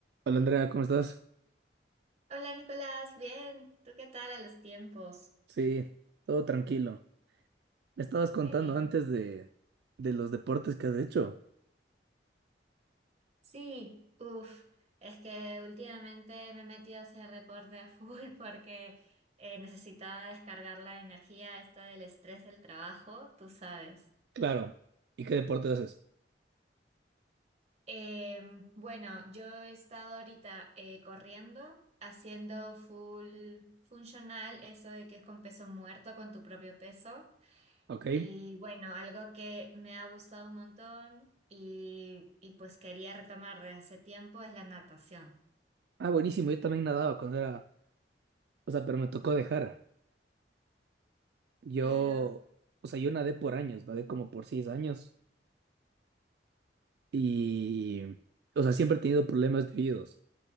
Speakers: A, on the right; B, on the right.
A: Hola Andrea, ¿cómo estás?
B: Hola Nicolás, bien, ¿tú qué tal a los tiempos?
A: Sí, todo tranquilo. Me estabas contando
B: Qué bien.
A: antes de, de los deportes que has hecho.
B: Sí, uff, es que últimamente me he metido a hacer reporte a full <laughs> porque eh, necesitaba descargar la energía esta del estrés del trabajo, tú sabes.
A: Claro. ¿Y qué deporte haces?
B: Em, bueno, yo he estado ahorita eh, corriendo, haciendo full funcional, eso de que es con peso muerto, con tu propio peso.
A: Ok.
B: Y bueno, algo que me ha gustado un montón y, y pues quería retomar de hace tiempo es la natación.
A: Ah, buenísimo, yo también nadaba cuando era, o sea, pero me tocó dejar. Yo,
B: Claro.
A: o sea, yo nadé por años, nadé como por seis años y, o sea, siempre he tenido problemas de oídos.